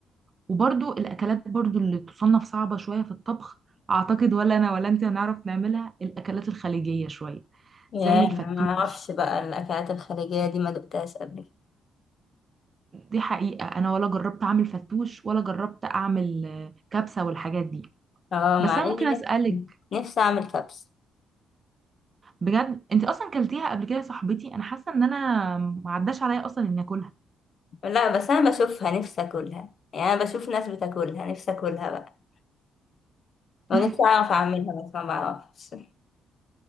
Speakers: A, on the right (about 35°); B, on the left (about 55°).
A: وبرضو الاكلات برضو اللي تصنف صعبة شوية في الطبخ اعتقد ولا انا ولا انت هنعرف نعملها الاكلات الخليجية شوية
B: يا
A: زي الفتوش
B: انا ما اعرفش بقى الاكلات الخليجيه دي ما دقتهاش قبل كده
A: دي حقيقة انا ولا جربت اعمل فتوش ولا جربت اعمل آه، كبسة والحاجات دي
B: اه
A: بس
B: مع
A: انا
B: اني
A: ممكن اسالك
B: نفسي نفسي اعمل كبسه
A: بجد انت اصلا كلتيها قبل كده يا صاحبتي انا حاسه ان انا ما عداش عليا اصلا اني اكلها
B: لا بس انا بشوفها نفسي اكلها يعني انا بشوف ناس بتاكلها نفسي اكلها بقى ونفسي
A: <laughs>
B: اعرف اعملها بس ما بعرفش